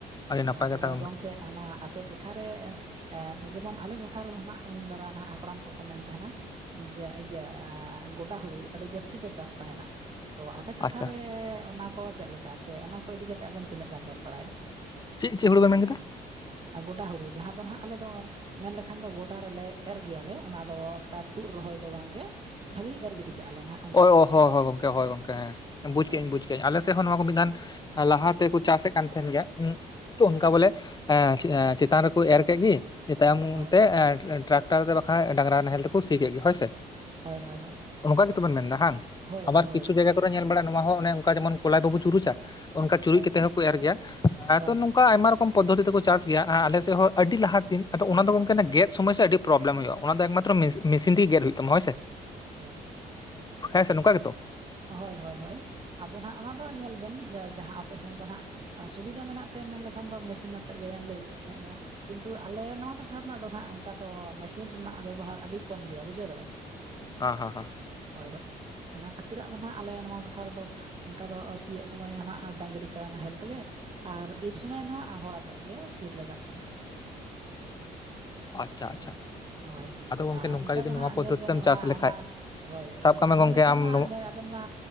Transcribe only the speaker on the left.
ᱟᱹᱰᱤ ᱱᱟᱯᱟᱭ
ᱠᱟᱛᱷᱟ
ᱟᱪᱪᱷᱟ
ᱪᱮᱫ ᱪᱮᱫ ᱦᱩᱲᱩ ᱵᱤᱱ ᱢᱮᱱ ᱠᱮᱫᱟ
ᱚ ᱦᱳ ᱦᱳ ᱦᱳᱭ ᱜᱚᱢᱠᱮ ᱦᱳᱭ ᱜᱚᱢᱠᱮ ᱦᱮ ᱵᱩᱡ
ᱠᱮᱫᱟᱹᱧ ᱵᱩᱡ ᱟᱞᱮᱥᱮᱫ ᱦᱚ ᱱᱚᱣᱟ ᱠᱚ ᱢᱤᱫᱷᱟᱱ ᱞᱟᱦᱟ ᱛᱮᱠᱚ ᱪᱟᱥᱮᱫ ᱠᱟᱱ ᱛᱟᱦᱮᱱ ᱜᱮᱭᱟ ᱚᱱᱠᱟ ᱵᱚᱞᱮ ᱮ ᱪᱮᱛᱟᱱ ᱨᱮᱠᱚ ᱮᱨ ᱠᱮᱫ ᱜᱮ ᱛᱟᱭᱚᱢ
ᱛᱮ ᱴᱨᱟᱠᱴᱟᱨ ᱵᱟᱠᱷᱟᱱ ᱰᱟᱝᱨᱟ ᱱᱟᱦᱮᱞ ᱛᱮᱠᱚ ᱥᱤ ᱠᱮᱫ ᱜᱮ ᱦᱳᱭ ᱥᱮ
ᱚᱱᱠᱟ ᱜᱮᱛᱚᱵᱮᱱ ᱢᱮᱱᱫᱟ ᱵᱟᱝ
ᱟᱵᱟᱨ
ᱠᱤᱪᱷᱩ ᱡᱟᱭᱜᱟ ᱠᱚᱨᱮ ᱧᱮᱞ ᱵᱟᱲᱟᱜᱼᱟ ᱱᱚᱣᱟ ᱦᱚᱸ ᱚᱱᱮ ᱚᱱᱠᱟ ᱡᱮᱢᱚᱱ ᱠᱚᱞᱟᱭ ᱵᱟᱹᱵᱩ ᱪᱩᱨᱩᱡᱟ ᱚᱱᱠᱟ ᱪᱩᱨᱩᱡ
ᱠᱟᱛᱮᱜ ᱦᱚᱸᱠᱚ ᱮᱨ ᱜᱮᱭᱟ
ᱛᱚ ᱱᱚᱝᱠᱟ ᱟᱭᱢᱟ ᱨᱚᱠᱚᱢ ᱠᱚᱢ ᱯᱚᱫᱽᱫᱷᱚᱛᱤ ᱛᱮᱠᱚ ᱪᱟᱥ ᱜᱮᱭᱟ ᱟᱞᱮᱥᱮᱫ ᱦᱚᱸ ᱟᱹᱰᱤ ᱞᱟᱦᱟ ᱫᱤᱱ ᱟᱫᱚ ᱚᱱᱟ ᱫᱚ ᱜᱚᱝᱠᱮ ᱜᱮᱫ ᱥᱚᱢᱚᱭ ᱥᱮ ᱟᱹᱰᱤ ᱯᱨᱚᱵᱞᱮᱢ ᱦᱩᱭᱩᱜᱼᱟ ᱚᱱᱟ ᱮᱠᱢᱟᱛᱨᱚ ᱢᱮᱥᱤᱱ ᱢᱮᱥᱤᱱ ᱛᱮᱜᱤ ᱜᱮᱫ ᱦᱩᱭᱩᱜ ᱛᱟᱢᱟ ᱦᱳᱭᱥᱮ
ᱦᱮᱸ ᱥᱮ ᱱᱚᱝᱠᱟ ᱜᱮᱛᱚ
<unintelligible>
ᱟᱪᱪᱷᱟ ᱟᱪᱪᱷᱟ
ᱟᱫᱚ ᱜᱚᱝᱠᱮ
ᱱᱚᱝᱠᱟ
ᱡᱩᱫᱤ
ᱱᱚᱣᱟ
ᱯᱚᱫᱽᱫᱷᱚᱛᱤ
ᱛᱮᱢ ᱪᱟᱥ
ᱞᱮᱠᱷᱟᱡ
ᱥᱟᱵ ᱠᱟᱜ ᱢᱮ ᱜᱚᱝᱠᱮ
ᱟᱢ
ᱱᱚ